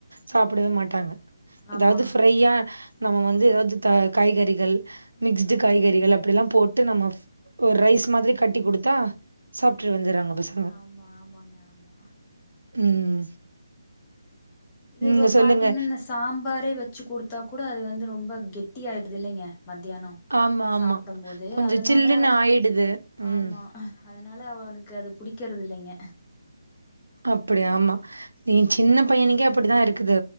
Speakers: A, on the right; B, on the left.
A: சாப்டவே மாட்டாங்க
B: ஆமா
A: ஏதாவது ஃப்ரையா
B: ஆமா
A: நம்ம வந்து ஏதாவது தா காய்கறி கள் மிக்ஸ்டு காய்கறிகள் அப்டில்லா போட்டு நம்ம ஒரு ரைஸ் மாதிரி கட்டி குடுத்தா சாப்ட்ரு வந்துறாங்க பச
B: ஆமா ஆமாங்க ஆமா
A: ம்
B: இதுவ
A: நீங்க சொல்லுங்க.
B: பாத்தீங்கன்னா ஸ் சாம்பாரே வச்சு குடுத்தா கூட அது வந்து ரொம்ப கெட்டி ஆயிருதுல்லைங்க மத்தியானோ
A: ஆமா,
B: சாப்டம்போது
A: ஆமா. கொஞ்சம்
B: அதனால
A: சில்லுன்னு ஆயிடுது. ம்.
B: ஆமா அதனால அவ அவனுக்கு அது புடிக்கிறதில்லைங்க
A: அப்படி ஆமா நீ சின்ன பையனுக்கே அப்டிதா இருக்குது